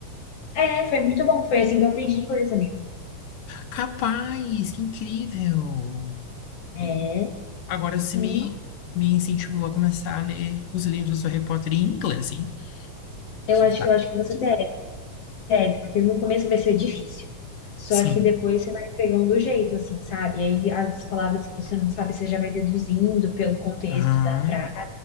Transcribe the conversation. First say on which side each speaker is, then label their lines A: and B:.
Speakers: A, on the left; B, on the left.
A: É, foi muito bom. Foi assim que eu aprendi inglês, amigo.
B: Capaz, que incrível.
A: É,
B: Agora você
A: sim.
B: me, me incentivou a começar a ler os livros do Harry Potter em inglês, hein?
A: Eu
B: Quem
A: acho,
B: sabe?
A: eu acho que você deve, porque no começo vai ser difícil. Só
B: Sim.
A: que depois você vai pegando o jeito, assim, sabe? E aí as palavras que você não sabe, você já vai deduzindo pelo contexto
B: Aham.
A: da frase.